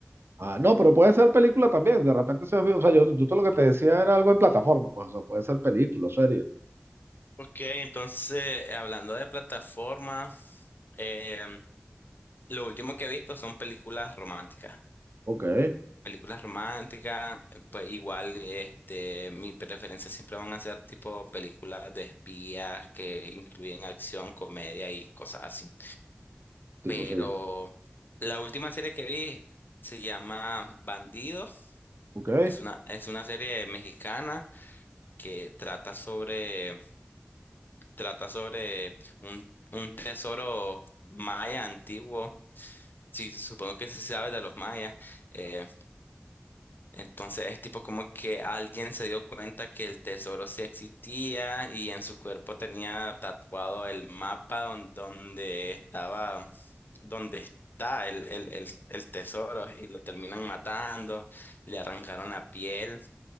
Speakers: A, on the right; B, on the left.
A: Ah, no, pero puede ser película también, de repente se, o sea, yo, yo todo lo que te decía era algo en plataforma, pues, o sea, puede ser película, serie.
B: Ok, entonces, eh, hablando de plataforma, em, lo último que he visto son películas románticas.
A: Ok, eh,
B: Películas románticas, eh, pues igual este, mi preferencia siempre van a ser tipo películas de espías que incluyen acción, comedia y cosas así.
A: tico,
B: Pero
A: sí,
B: la última serie que vi se llama Bandidos.
A: ok.
B: Es una, es una serie mexicana que trata sobre, trata sobre un, un tesoro maya antiguo. Sí, supongo que sí sabes de los mayas. eh, Entonces es tipo como que alguien se dio cuenta que el tesoro sí existía y en su cuerpo tenía tatuado el mapa don- donde estaba, donde está el, el, el, el tesoro y lo terminan matando, le arrancaron la piel